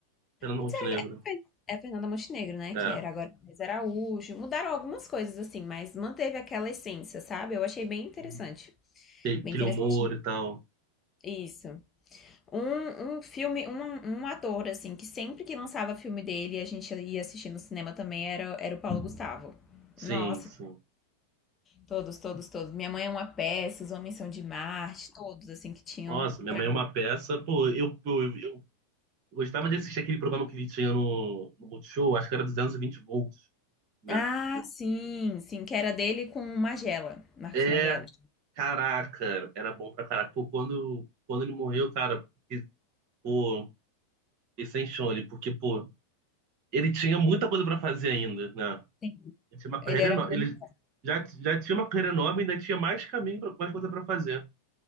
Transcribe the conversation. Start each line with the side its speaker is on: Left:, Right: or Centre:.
Right: Fernanda
Left: Antes
Right: Montenegro.
Left: era era Fer- é Fernanda Montenegro, né?
Right: É.
Left: Que era agora Thais Araújo. Mudaram algumas coisas, assim, mas manteve aquela essência, sabe? Eu achei bem interessante.
Right: Uhum. E- Aquele
Left: Bem interessante.
Right: humor e tal.
Left: Isso. Um, um filme, um, um ator, assim, que sempre que lançava filme dele, a gente ia assistir no cinema também, era, era o Paulo Gustavo.
Right: Sim,
Left: Nossa,
Right: sim.
Left: todos, todos, todos. Minha Mãe é uma Peça, Os Homens São de Marte, todos, assim, que tinham
Right: Nossa, minha
Left: pra...
Right: mãe é uma peça. Pô, eu, eu, eu eu gostava de assistir aquele programa que ele tinha no, no Multishow. Acho que era 220 volts. né?
Left: Ah, sim, sim, que era dele com o Magela, Marcos
Right: É,
Left: Magela.
Right: caraca, era bom pra caraca. Pô, quando, quando ele morreu, cara, e, pô, e sem chão ele, porque, pô, ele tinha muita coisa pra fazer ainda, né?
Left: Sim.
Right: Ele tinha uma
Left: Ele
Right: carreira
Left: era
Right: enorme.
Left: muito
Right: Ele já, já tinha uma carreira enorme, ainda tinha mais caminho, pra, mais coisa pra fazer,